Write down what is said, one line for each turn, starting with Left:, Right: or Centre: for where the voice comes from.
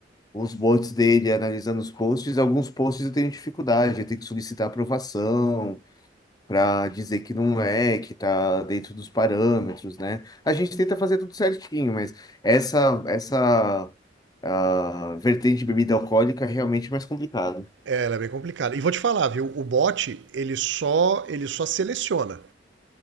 Left: os bots dele, analisando os posts, alguns posts eu tenho dificuldade, eu tenho que solicitar aprovação para dizer que não é, que tá dentro dos parâmetros, né? A gente tenta fazer tudo certinho, mas essa essa ah, vertente de bebida alcoólica é realmente mais complicado.
Right: É, ela é bem complicada. E vou te falar, viu? O bot, ele só, ele só seleciona.